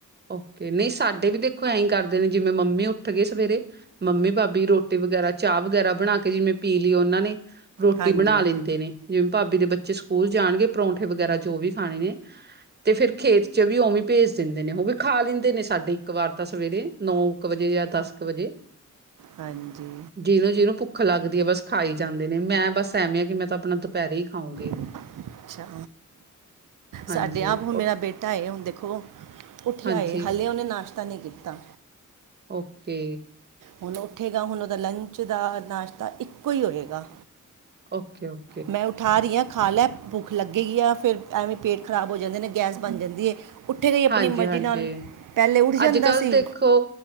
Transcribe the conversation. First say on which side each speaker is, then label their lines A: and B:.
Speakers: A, on the right (about 35°); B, on the right (about 85°).
A: ਓਕੇ, ਨਹੀਂ ਸਾਡੇ ਵੀ ਦੇਖੋ ਐਂ ਕਰਦੇ ਨੇ ਜਿਵੇਂ ਮੰਮੀ ਉੱਠ ਗਏ ਸਵੇਰੇ ਮੰਮੀ ਭਾਬੀ ਰੋਟੀ ਵਗੈਰਾ ਚਾਹ ਵਗੈਰਾ ਬਣਾ ਕੇ ਜਿਵੇਂ ਪੀ ਲਈ ਉਹਨਾਂ ਨੇ ਰੋਟੀ
B: ਹਾਂਜੀ
A: ਬਣਾ ਲੈਂਦੇ ਨੇ, ਜਿਵੇਂ ਭਾਬੀ ਦੇ ਬੱਚੇ ਸਕੂਲ ਜਾਣਗੇ ਪਰੌਂਠੇ ਵਗੈਰਾ ਜੋ ਵੀ ਖਾਣੇ ਨੇ ਤੇ ਫਿਰ ਖੇਤ 'ਚ ਵੀ ਉਵੇਂ ਭੇਜ ਦਿੰਦੇ ਨੇ ਉਹ ਵੀ ਖਾ ਲੈਂਦੇ ਨੇ ਸਾਡੇ ਇੱਕ ਵਾਰ ਤਾਂ ਸਵੇਰੇ, ਨੌ ਕੁ ਵਜੇ ਜਾਂ ਦਸ ਕੁ ਵਜੇ
B: ਹਾਂਜੀ
A: ਜਿਹਨੂੰ ਜਿਹਨੂੰ ਭੁੱਖ ਲੱਗਦੀ ਹੈ ਬਸ ਖਾਈ ਹੀ ਜਾਂਦੇ ਨੇ, ਮੈਂ ਬਸ ਐਵੇਂ ਆ ਕਿ ਮੈਂ ਤਾਂ ਆਪਣਾ ਦੁਪਹਿਰੇ ਹੀ ਖਾਊਂਗੀ
B: ਅੱਛਾ,
A: ਹਾਂਜੀ
B: ਸਾਡੇ ਆਪ ਹੁਣ ਮੇਰਾ
A: ਓ-
B: ਬੇਟਾ ਟ ਆਏ ਹੁਣ ਦੇਖੋ, ਉੱਠਿਆ
A: ਹਾਂਜੀ
B: ਹਾਲੇ ਉਹਨੇ ਨਾਸ਼ਤਾ ਨਹੀਂ ਕੀਤਾ
A: ਓਕੇ
B: ਹੁਣ ਉੱਠੇਗਾ, ਹੁਣ ਉਹਦਾ ਲੰਚ ਦਾ ਨਾਸ਼ਤਾ ਇੱਕੋ ਹੀ ਹੋਏਗਾ
A: ਓਕੇ- ਓਕੇ
B: ਮੈਂ ਉੱਠ ਠਾਰੀਆਂ ਖਾ ਲੈ ਭੁੱਖ ਲੱਗੀ ਆ ਫਿਰ ਐਵੇਂ ਪੇਟ ਖ਼ਰਾਬ ਹੋ ਜਾਂਦੇ ਗੈਸ ਬਣ ਜਾਂਦੀ ਹੈ ਉੱਠੇ ਗ ਹੀ ਆਪਣੀ
A: ਹਾਂਜੀ
B: ਮਰਜ਼ੀ
A: ਹਾਂਜੀ
B: ਨਾਲ, ਪਹਿਲੇ ਉੱਠ ਜਾਂਦਾ
A: ਅੱਜ ਕੱਲ੍ਹ
B: ਸੀ
A: ਦੇਖੋ